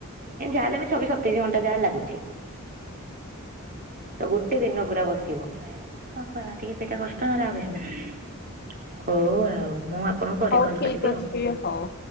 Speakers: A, on the right (about 40°); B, on the left (about 45°).
A: ଏ ଯାହା ହେଲେଆମେ ଛବିଶ ସତେଇଶ ଘଣ୍ଟା ଯାହା ଲାଗୁଛି। ତ ଗୋଟେ ଦିନ ପୁରା ବସିବ ହଁ ଖରା ଟିକେ ସେଇଟା କଷ୍ଟ ନହେଲେ ଆଉ କିଛି ନାହି। ହଉ ଆଉ ମୁଁ ଆପଣଙ୍କୁ ପରେ
B: ହଉ
A: କଲ
B: ଠିକ୍
A: କରିବି
B: ଅଛି
A: ଆଉ।
B: ହଉ।